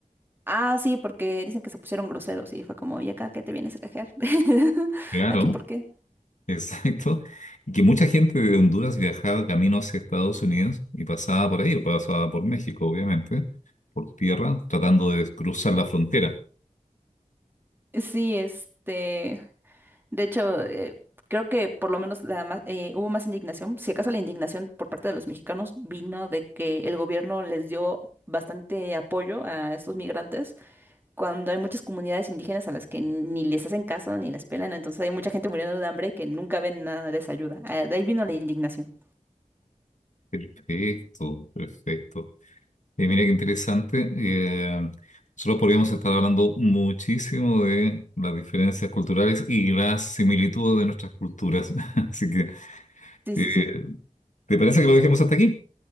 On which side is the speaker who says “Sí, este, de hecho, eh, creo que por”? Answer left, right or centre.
Right